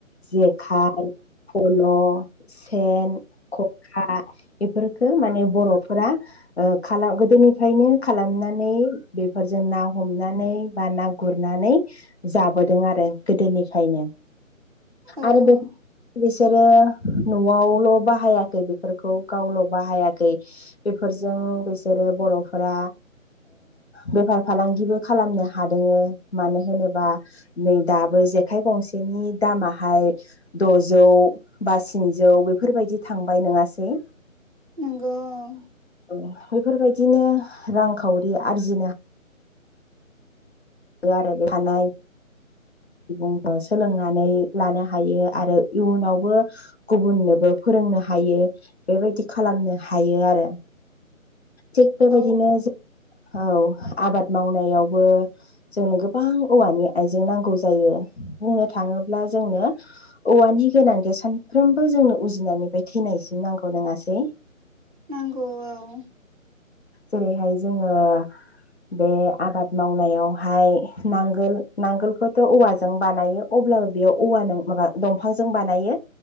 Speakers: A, on the left (about 50°); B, on the right (about 35°).
A: जेखाइ फल' सेन खखा बेफोर खो माने बर'फोरा खालाम गोदोनिफ्रायनो खालामनानै बेफोरजों ना हमनानै बा ना गुरनानै जाबोदों आरो गोदोनिफ्रायनो
B: औ
A: आरो बे बिसोरो न'आवल' बाहायाखै बेफोरखौ गावल' बाहायाखै बेफोरजों बिसोरो बर'फोरा बेफार फालांगिबो खालामनो हादोंबो मानो होनोबा नै दाबो जेखाइ गंसेनि दामाहाय द'जौ बा स्निजौ बेफोरबायदि थांबाय नङासै
B: नोंगौ औ
A: औ बेफोरबायदिनो रांखावरि आरजिनो आरो बेखानाय सुबुंखौ सोलोंनानै लानो हायो आरो इयुनावबो गुबुननोबो फोरोंनो हायो बेबायदि खालामनो हायो आरो थिग बेबायदिनो
B: औ
A: जों औ आबाद मावनायावबो जोंनो गोबां औवानि आइजें नांगौ जायो बुंनो थाङोब्ला जोंनो औवानि गोनांथि सानफ्रोमबो जोंनो उजिनायनिफ्राय थैनायसिम नांगौ नङासै।
B: नांगौ औ।
A: जेरैहाय जोङो बे आबाद मावनायावहाय नांगोल नांगोलखौथ' औवाजों बानायो अब्लाबो बेयाव औवा नों माबा दंफांजों बानायो